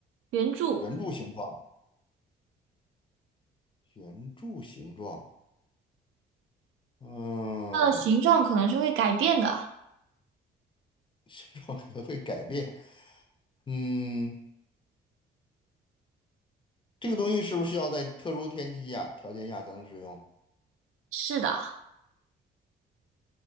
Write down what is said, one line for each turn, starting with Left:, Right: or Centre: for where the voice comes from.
Right: 圆柱。
Left: 圆柱形状、圆柱形状。嗯，
Right: 它的形状可能是会改变的。
Left: <laughs> 形状可能会改变。嗯。这个东西是不是需要在特殊天气下条件下才能使用？
Right: 是的，